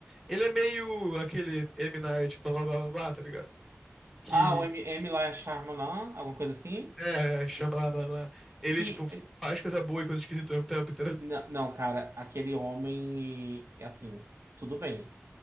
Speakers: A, in the centre; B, on the right.
A: Ele é meio aquele M. Night, blá blá blá blá, blá, tá ligado? Que.
B: Ah, o M, M. lá é Shyamalan, alguma coisa assim.
A: É, chama lá, blá blá. Ele,
B: Que.
A: tipo, faz coisa boa e coisa esquisita ao mesmo tempo, entendeu?
B: N- Não, cara, aquele homem. é Assim, tudo bem.